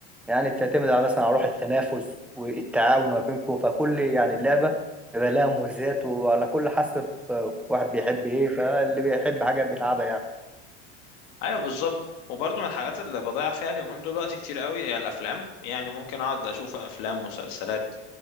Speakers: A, in the centre; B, on the left.
A: يعني بتعتمد على مثلا على روح التنافس والتعاون ما بينكم فكل يعني لعبه بيبقى لها مميزات وعلى كل حسب واحد بيحب ايه فاللي بيحب حاجه بيلعبها يعني
B: ايوه بالظبط وبرضو من الحاجات اللي بضيع فيها اليومين دول وقت كتير قوي هي الافلام يعني ممكن اقعد اشوف افلام مسلسلات